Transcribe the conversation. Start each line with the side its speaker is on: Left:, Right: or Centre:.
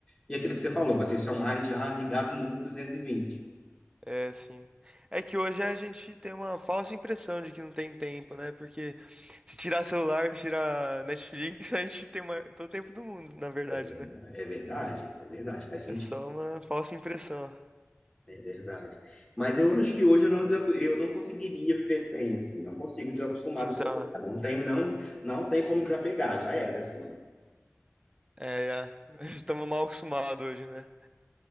Left: E aquilo que você falou, vocês são mais já ligados no 220.
Right: é assim. É que hoje a gente tem uma falsa impressão de que não tem tempo, né? Porque se tirar celular, tirar Netflix, <laughs> a gente tem ma- todo o tempo do mundo, na verdade,
Left: É
Right: né?
Left: é verdade, é verdade, faz sentido.
Right: É só uma falsa impressão.
Left: É verdade. Mas eu acho que hoje eu não, desacu- eu não conseguiria viver sem, assim. Não consigo desacostumar
Right: Então,
Left: do celular. Não tenho, não, não tem como desapegar, já era, assim.
Right: é, é, <laughs> estamos mal acostumados hoje, né?